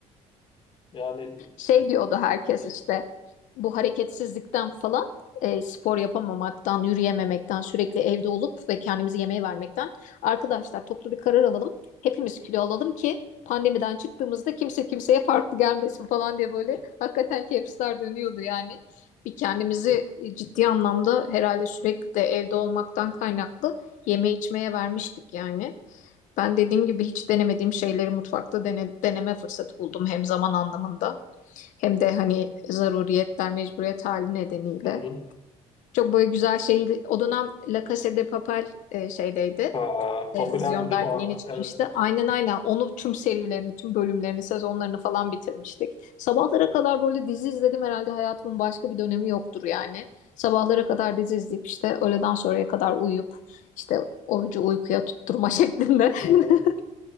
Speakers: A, on the left; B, on the left.
A: Yani
B: Şey diyordu herkes işte bu hareketsizlikten falan e, spor yapamamaktan, yürüyememekten, sürekli evde olup ve kendimizi yemeğe vermekten arkadaşlar toplu bir karar alalım. Hepimiz kilo alalım ki pandemiden çıktığımızda kimse kimseye farklı gelmesin falan diye böyle hakikaten kepsler dönüyordu yani. Bir kendimizi ciddi anlamda herhalde sürekli de evde olmaktan kaynaklı yeme içmeye vermiştik yani. Ben dediğim gibi hiç denemediğim şeyleri mutfakta dene- deneme fırsatı buldum hem zaman anlamında hem de hani zaruriyetler, mecburiyet hali nedeniyle.
A: hı hı.
B: Çok böyle güzel şey. O dönem La Casa de Papel e, şeydeydi.
A: Ha,
B: Televizyonda
A: popülerdi değil mi o ara?
B: yeni çıkmıştı.
A: Evet.
B: Aynen aynen. Onu tüm serilerini, tüm bölümlerini, sezonlarını falan bitirmiştik. Sabahlara kadar böyle dizi izledim herhalde hayatımın başka bir dönemi yoktur yani. Sabahlara kadar dizi izleyip işte öğleden sonraya kadar uyuyup işte orucu uykuya tutturma <laughs> şeklinde.
A: Evet,
B: <laughs>
A: evet.